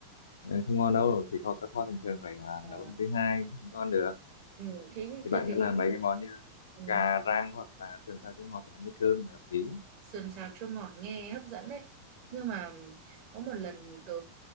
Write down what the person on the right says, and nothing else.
Ờ,
ừ, thế
tớ thấy
ừ,
sườn xào chua ngọt nghe hấp dẫn đấy nhưng mà có một lần tớ